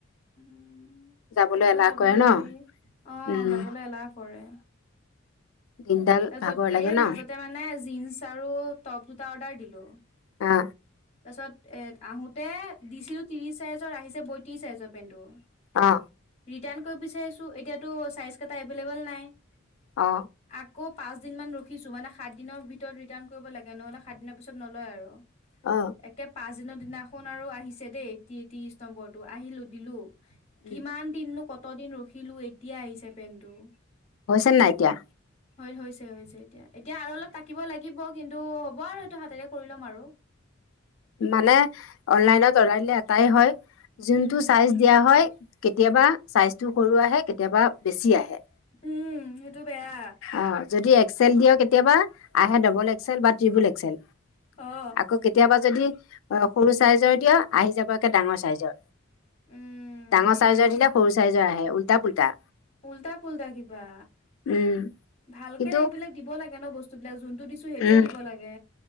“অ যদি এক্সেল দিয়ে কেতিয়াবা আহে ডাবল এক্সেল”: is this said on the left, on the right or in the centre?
Left